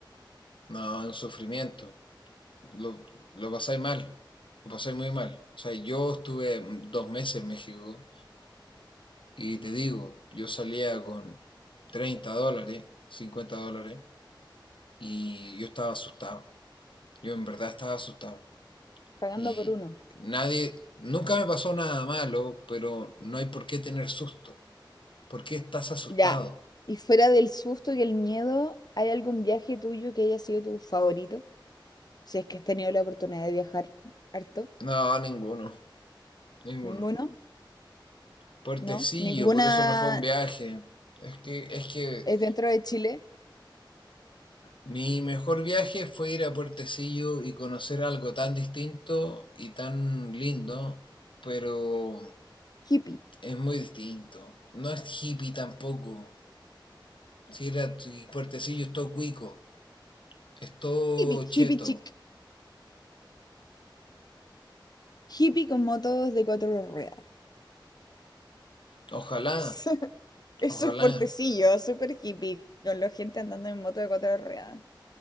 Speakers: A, on the left (about 75°); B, on the left (about 50°).
A: no, es un sufrimiento. Lo, lo pasáis mal, lo pasáis muy mal. O sea, yo estuve dos meses en México y te digo, yo salía con 30 dólares, 50 dólares, y yo estaba asustado. Yo en verdad estaba asustado.
B: pagando
A: Y
B: por uno.
A: nadie, nunca me pasó nada malo, pero no hay por qué tener susto. ¿Por qué estás asustado?
B: Ya. Y fuera del susto y el miedo, ¿hay algún viaje tuyo que haya sido tu favorito? Si es que has tenido la oportunidad de viajar harto.
A: No, ninguno, ninguno.
B: ¿Ninguno?
A: Puertecillo,
B: ¿No? ¿Ninguna
A: por eso no fue un viaje. Es que, es que
B: es dentro de Chile?
A: mi mejor viaje fue ir a Puertecillo y conocer algo tan distinto y tan lindo, pero
B: Hippie.
A: es muy distinto. No es hippie tampoco. Si era si Puertecillo es todo cuico. es todo
B: Hippie. Hippie
A: cheto.
B: chic. Hippie con motos de cuatro ruedas.
A: Ojalá,
B: <laughs> Eso
A: ojalá.
B: es portecillo, súper hippie, con la gente andando en moto de cuatro ruedas.